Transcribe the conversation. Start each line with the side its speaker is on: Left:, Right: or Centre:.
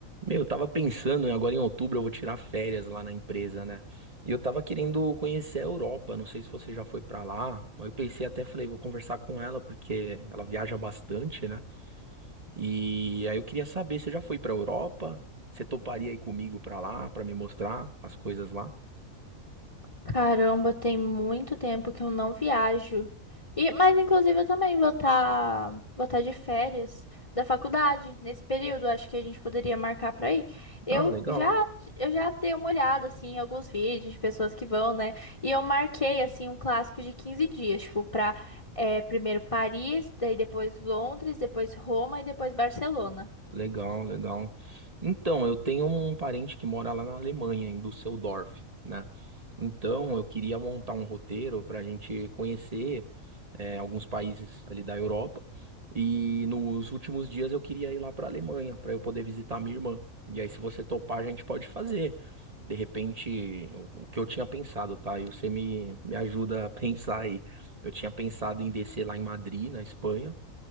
Right: Meu, eu tava pensando, né, agora em outubro eu vou tirar férias lá na empresa, né? E eu tava querendo conhecer a Europa, não sei se você já foi pra lá. Aí eu pensei até, falei, vou conversar com ela porque ela viaja bastante, né? E aí eu queria saber, você já foi pra Europa? Você toparia ir comigo pra lá, pra me mostrar as coisas lá?
Left: Caramba, tem muito tempo que eu não viajo. E, mas inclusive eu também vou estar vou tá de férias da faculdade nesse período. Acho que a gente poderia marcar para ir. Eu
Right: Ah, legal.
Left: já eu já dei uma olhada assim em alguns vídeos de pessoas que vão, né? E eu marquei assim um clássico de 15 dias, tipo, para primeiro Paris, daí depois Londres, depois Roma e depois Barcelona.
Right: Legal, legal. Então, eu tenho um parente que mora lá na Alemanha, em Düsseldorf, né? Então, eu queria montar um roteiro para a gente conhecer é, alguns países ali da Europa. E nos últimos dias eu queria ir lá para a Alemanha, para eu poder visitar minha irmã. E aí, se você topar, a gente pode fazer. De repente, o o que eu tinha pensado, tá? E você me, me ajuda a <laughs> pensar aí. Eu tinha pensado em descer lá em Madrid, na Espanha